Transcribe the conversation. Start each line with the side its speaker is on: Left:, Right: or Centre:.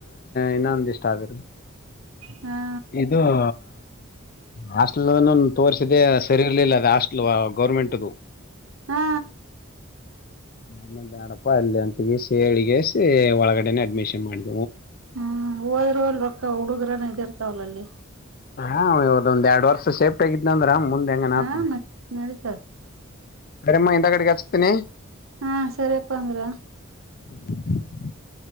Left: ಇನ್ನ ಅಂದ ಇಷ್ಟ ಆದರೀ
Right: ಹಾ
Left: ಇದುಆ ಹಾಸ್ಟೆಲ್ ತೋರ್ರಿಸಿದೆೆ ಸರಿ ಇರ್ಲಿಲ್ಲ ಅದು ಹಾಸ್ಟೆಲ್ ಗೌರ್ಮೆಂಟ್ದು
Right: ಹಾ
Left: ನ ಬೇಡಪ್ಪಾ ಅಲ್ಲಿ ಅಂತಗೆಸಿ ಹೇಳಗೆಸಿ ಒಳಗಡೆನೆ ಅಡ್ಮಿಷನ್ ಮಾಡಿದ
Right: ಹ್ಮ ಹೋದ್ರೂ ಹೊಲ್ ರೊಕ್ಕ ಹುಡುಗರನ ಇದಿ ಇರ್ತಾವಲ್ಲ ಅಲ್ಲಿ
Left: ಹಾ ಇವದೊಂದ್ ಎರಡ್ ವರ್ಷ ಶೇಫ್ಟ ಆಗಿದ್ನ ಅಂದ್ರ ಮುಂದೆ ಹೆಂಗನಾ
Right: ಹಾ
Left: ಆತದ
Right: ಮತ್ ನಡೀತಾರ
Left: ಕರೆಮ್ಮ ಹಿಂದ ಕಡೆಗೆ ಹಚ್ತೀನಿ
Right: ಹಾ ಸರಿಯಪ್ಪ ಅಂದ್ರ
Left: ಹ್ಮ